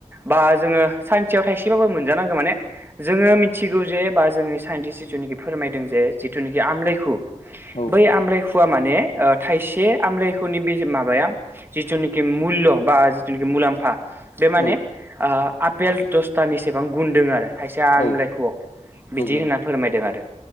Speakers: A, on the right (about 15°); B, on the left (about 55°).
A: बा जोङो सानसेयाव थाइसेबाबो मोनजानांगौ माने जोङो मिथिगौ जे बा जोंनि साइन्टिस्ट जिथुनिखि फोरमायदों जे जिथुनिखि आमलायखौ
B: औ
A: बै आमलायखुआ माने थाइसे आमलायखुनि बे माबाया जिथु नोखि मुल्य बा जिथु नोखि मुलाम्फा बे माने
B: औ
A: ओ आपेल दसथानिसेबां गुन दों आरो। खायसे आमलाइख'आव
B: औ
A: बिदि
B: औ नंगौ
A: होनना फोरमायदों आरो।